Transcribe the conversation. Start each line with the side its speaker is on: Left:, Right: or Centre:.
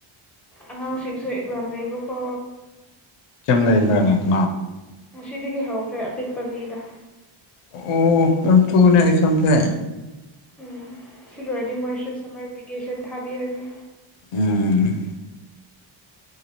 Centre: ꯑꯉꯥꯡꯁꯤꯡꯁꯨ ꯑꯦꯛꯖꯥꯝ ꯂꯩꯕꯀꯣ
Left: ꯂꯩꯕ꯭ꯔꯅꯦ ꯀ
Centre: ꯉꯁꯤꯗꯒꯤ ꯍꯧꯈ꯭ꯔꯦ ꯑꯄꯤꯛꯄ ꯃꯤꯗ
Left: ꯑꯣ ꯑ ꯊꯨꯅꯦ ꯁꯖꯦ
Centre: ꯎꯝ ꯁꯤꯗꯤ ꯃꯀꯦꯁꯟ ꯊꯥꯕꯤꯔꯅꯤ
Left: ꯎꯝ